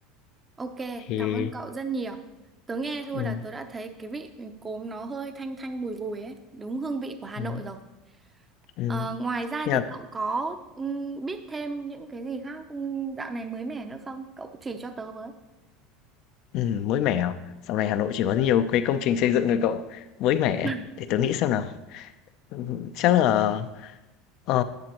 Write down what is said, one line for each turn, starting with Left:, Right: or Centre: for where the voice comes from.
Right: ok
Left: thì
Right: cảm ơn cậu rất nhiều tớ nghe thôi
Left: ừm,
Right: là tớ đã thấy cái vị cốm nó hơi thanh thanh bùi bùi ấy đúng hương vị của Hà
Left: ừm,
Right: Nội rồi
Left: ừm,
Right: ờ, ngoài ra
Left: khi nào
Right: thì cậu có ừm, biết thêm những cái gì khác ừm, dạo này mới mẻ nữa không cậu chỉ cho tớ với
Left: Ừm, mới mẻ à? Dạo này Hà Nội chỉ có nhiều cái công trình xây dựng thôi cậu Mới mẻ, à?
Right: <laughs>
Left: để tớ nghĩ xem nào. Ừm, Chắc là ờ,